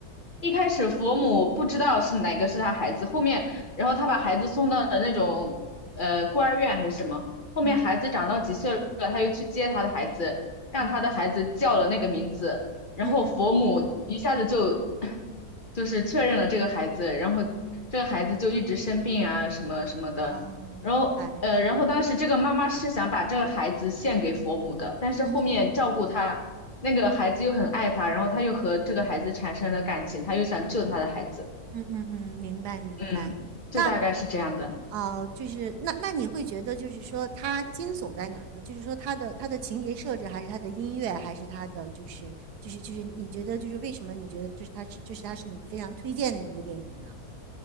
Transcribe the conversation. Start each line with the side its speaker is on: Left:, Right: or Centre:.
Left: 一开始佛母不知道是哪个是他孩子，后面，然后他把孩子送到了那种呃孤儿院还是什么，后面孩子长到几岁了，
Right: 嗯
Left: 他又去接他的孩子，让他的孩子叫了那个名字，
Right: 嗯
Left: 然后佛母一下子就
Right: 嗯嗯嗯，
Left: <sucks teeth> 就是确认了这个孩子，然后这个孩子就一直生病啊什么什么的。
Right: 哦，明白。
Left: 然后呃，然后当时这个妈妈是想把这个孩子献给佛母的，但是后面照顾他那个孩子又很爱他，
Right: 嗯哼
Left: 然后他又和这个孩子产生了感情，他又想救他的孩子，
Right: 嗯嗯嗯，明白明白。
Left: 嗯，就大概是这样的。
Right: 那呃，就是那那你会觉得，就是说它惊悚在哪儿呢？就是说它的它的情节设置，还是它的音乐，还是它的就是就是就是你觉得就是为什么你觉得就是它是就是它是你非常推荐的一部电影呢？